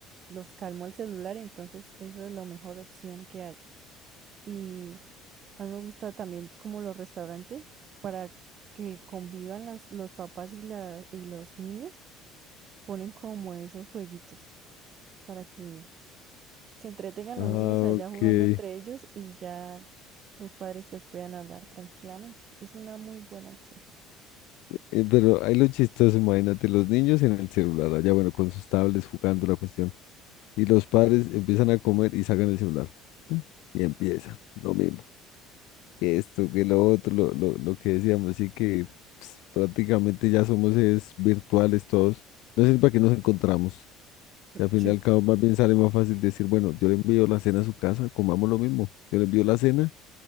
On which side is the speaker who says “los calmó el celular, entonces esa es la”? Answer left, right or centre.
Right